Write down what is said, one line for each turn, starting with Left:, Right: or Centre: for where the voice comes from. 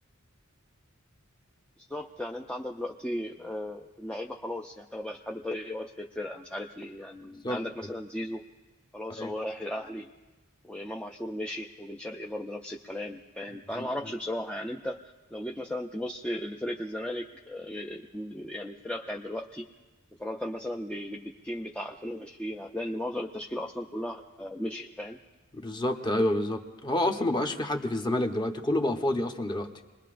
Centre: بالظبط يعني انت عندك دلوقتي آه، اللعيبه خلاص يعني انت ما بقاش حد طايق يقعد في الفرقه مش عارف ليه يعني انت
Left: بالظبط
Centre: عندك مثلا
Left: كده
Centre: زيزو خلاص
Left: ايوه
Centre: هو رايح الاهلي وامام عاشور مشي وبن شرقي برضه نفس الكلام فاهم
Left: بالظبط
Centre: فانا ما اعرفش بصراحه يعني انت لو جيت مثلا تبص لفرقه الزمالك آه، يعني الفرقه بتاعت دلوقتي مقارنه مثلا ب- بالتيم بتاع 2020 هتلاقي ان معظم التشكيله اصلا كلها آه، مشيت فاهم
Left: بالظبط، ايوه بالظبط هو اصلا ما بقاش في حد في الزمالك دلوقتي كله بقى فاضي اصلا دلوقتي